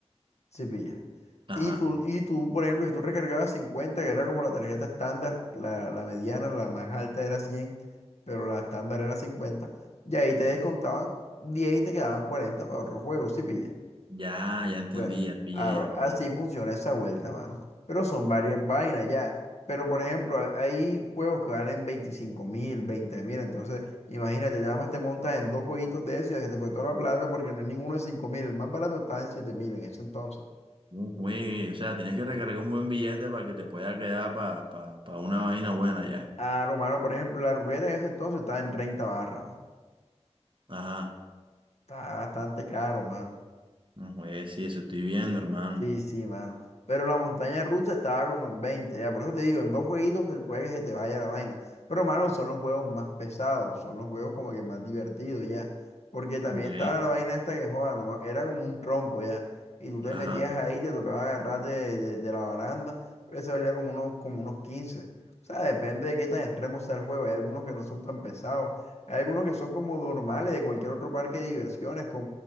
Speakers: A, on the left; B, on the right.
A: Si pillas.
B: Ajá.
A: Y tú, y tú, por ejemplo, si tú recargabas 50 que era como la tarjeta estándar, la, la mediana, la más alta era cien pero la estándar era 50 y ahí te descontaban 10 y te quedaban 40 para otro juego, si pillas.
B: Ya, ya entendí,
A: Bueno,
B: ya pillé,
A: claro,
B: ya
A: así
B: pillé.
A: funciona esa vuelta, mano. Pero son varias vainas ya. Pero, por ejemplo, ha- hay juegos que valen veinticinco mil, veinte mil, entonces imagínate, nada más te montas en dos jueguitos de eso y ya se te fue toda la plata porque no hay ninguno de cinco mil, el más barato estaba en siete mil en ese entonces.
B: No juegue, o sea, tienes que recargar un buen billete para que te pueda quedar para pa, pa- pa una vaina buena ya.
A: Ah, no, mano, por ejemplo, la ruleta en ese entonces estaba en 30 barras, mano.
B: Ajá.
A: Está bastante caro, mano.
B: No juegue, sí, eso estoy viendo, hermano.
A: Sí, sí, mano. Pero la montaña rusa estaba como en 20, ya. Por eso te digo, en dos jueguitos se puede que se te vaya la vaina. Pero, mano, son los juegos más pesados, son los juegos como que más divertidos, ya. Porque también
B: Ok.
A: estaba la vaina esta que joda, no me- era como un trompo, ya. Y tú te
B: Ajá.
A: metías ahí, te tocaba agarrarte de, de- de la baranda, pero eso valía como unos, como unos 15. O sea, depende de qué tan extremo sea el juego. Hay algunos que no son tan pesados. Hay algunos que son como normales de cualquier otro parque de diversiones,